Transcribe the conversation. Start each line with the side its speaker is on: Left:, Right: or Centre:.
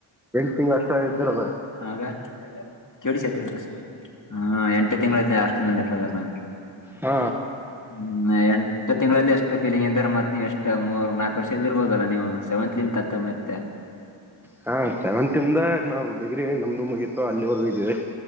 Centre: ನಿ ಅಷ್ಟ ಇದ್ದಿರದ
Left: ಆಗ ಕೇಳ ಸತ <unintelligible> ಹಾ ಎಂಟು ತಿಂಗಳೆ ಆಾಸ್ಟೆಲ್ ನಲ್ಲಿ ಇರ್ದಾರ ನಾನು
Centre: ಹ
Left: ಹ್ಮ ಎಂಟು ತಿಂಗಳಲ್ಲಿ ಅಷ್ಟು ಎಷ್ಟ ಫೀಲಿಂಗ್ ಅಂದಾರೆ ಮತ್ತತ್ ನೀವು ಎಷ್ಟು ಮೂರ್ ನಾಲ್ಕು ವರ್ಷ ಇದ್ದ ಇರ್ಬೋದಲ್ಲಾ ನೀವು ಸೆವೆಂತ್ ಲನ್ ತ ಮತ್ತೆ
Centre: ಹಾ ಸೆವೆಂತ್ ಇಂದ ನಾವ್ ಡಿಗ್ರಿ ನಮ್ದು ಮುಗಿತ್ತು ಅಲ್ಲಿವರೆಗೂ ಇದದೆ